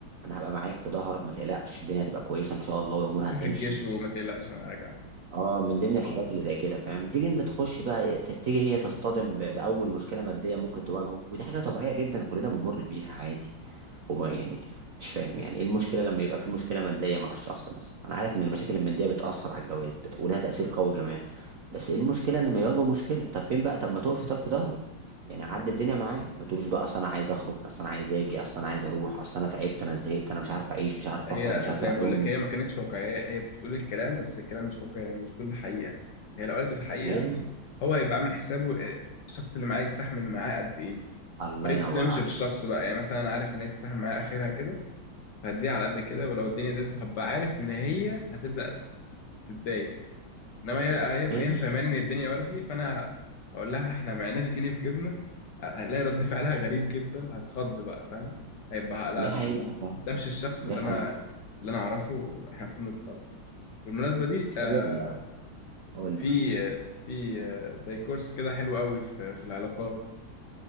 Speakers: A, on the right; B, on the left.
A: انا هبقى معاك في ظهرك ما تقلقش الدنيا هتبقى كويسه ان شاء الله والامور
B: روح
A: هتمشي
B: الجيش وما تقلقش انا راجع
A: اه من ضمن الحاجات اللي زي كده فاهم تيجي انت تخش بقى ت- تيجي هي تصطدم ب- باول مشكله ماديه ممكن تواجهه ودي حاجه طبيعيه جدا كلنا بنمر بيها عادي وما يعني مش فاهم يعني ايه المشكله لما يبقى في مشكله ماديه مع الشخص مثلا انا عارف ان المشاكل الماديه بتاثر على الجواز بت... ولها تاثير قوي كمان بس ايه المشكله ان ما يواجه مشكله طب فين بقى طب ما تقفي طب في ظهره يعني عدي الدنيا معاه ما تقوليش بقى اصل انا عايز اخرج اصل انا عايز اجي اصل انا عايز اروح اصل انا تعبت انا زهقت انا مش عارف اعيش مش عارف
B: هي
A: اخرج مش عارف
B: زي
A: اروح
B: ما بقول
A: لامي
B: لك هي ما كانتش واقعية هي بتقول الكلام بس الكلام مش واقعي يعني مش بتقول الحقيقة هي لو قالت الحقيقة
A: ما هي دي-
B: هو هيبقى عامل حسابه آه، الشخص اللي معاه يستحمل معاه قد ايه
A: الله
B: ما يتصدمش
A: ينور عليك
B: في الشخص بقى يعني مثلا انا عارف ان هي تستحمل معايا اخرها كده فهديها على قد كده ولو الدنيا زادت هبقى عارف ان هي هتبدأ تتضايق انما هي هي
A: ما هي دي
B: هي فاهماني ان الدنيا وردي فانا هقول لها احنا معناش جنيه في جيبنا هلاقي رد فعلها غريب جدا هتخض بقى فاهم هيبقى لا
A: دي
B: دي
A: حقيقه فعلا
B: ده مش الشخص
A: دي
B: اللي
A: حقيقه
B: انا اللي انا اعرفه احنا المفروض نتطلق بالمناسبه دي آه
A: يلا قول
B: في
A: لي
B: آه، في آه، زي كورس كده حلو قوي في, في العلاقات